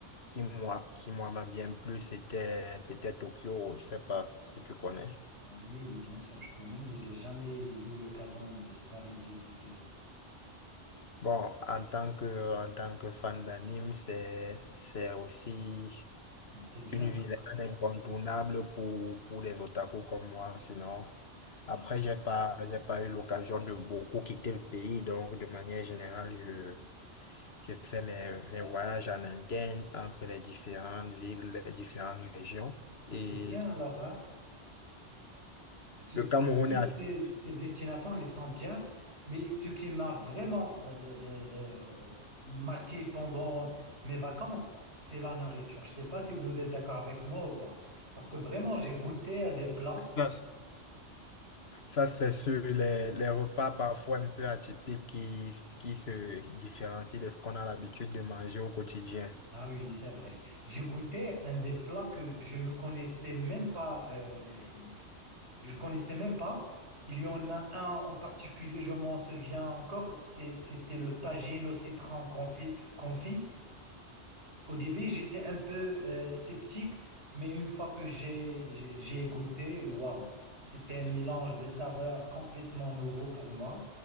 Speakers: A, on the left; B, on the right.
A: qui moi, qui moi m'a bien plu, c'était, c'était Tokyo. Je sais pas si tu connais.
B: Ah oui, oui, bien sûr, je connais, mais j'ai jamais eu l'occasion de- d'aller visiter.
A: Bon, en tant que, en tant que fan d'anime, c'est, c'est aussi
B: Ah, c'est bien.
A: Une
B: comme-
A: ville incontournable pour, pour les otaku comme moi, sinon. Après,
B: Ah,
A: j'ai pas, j'ai pas eu l'occasion de beaucoup quitter le pays, donc de manière générale, je, je fais mes, mes voyages en interne entre les différentes villes, les différentes régions.
B: Ah,
A: Et
B: c'est bien alors, hein? Toutes,
A: le Cameroun
B: toutes
A: est assez...
B: ces, ces destinations, elles sont bien, mais ce qui m'a vraiment euh, euh, euh, euh, marqué pendant mes vacances, c'est la nourriture. Je ne sais pas si vous êtes d'accord avec moi ou pas, parce que vraiment, j'ai goûté à des plats.
A: ça, ça, c'est sur les, les repas parfois un peu atypiques qui, qui se différencient de ce qu'on a l'habitude de manger au quotidien.
B: Ah oui, c'est vrai. J'ai goûté un des plats que je ne connaissais même pas. euh, je connaissais même pas. Il y en a un en particulier, je m'en souviens encore. c'est- C'était le tagine au citron confit. confit. Au début, j'étais un peu euh, sceptique, mais une fois que j'ai j'ai j'ai goûté, waouh, c'était un mélange de saveurs complètement nouveau pour moi.